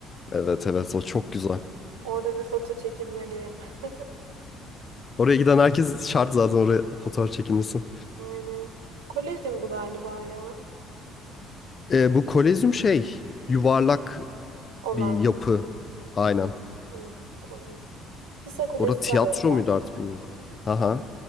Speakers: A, on the left (about 35°); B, on the right (about 80°).
A: Evet evet o çok güzel.
B: Orada bir foto çekilmeliyim. <laughs>
A: Oraya giden herkes şart zaten oraya fotoğraf çekinmesin.
B: Aynen. Kolezyum bu galiba ya.
A: Ee, bu Kolezyum şey yuvarlak
B: Olan.
A: bir yapı. Aynen.
B: Hı, tamam. Pisa Kulesi
A: Orada tiyatro
B: var orada.
A: muydu artık bilmiyorum. Aha.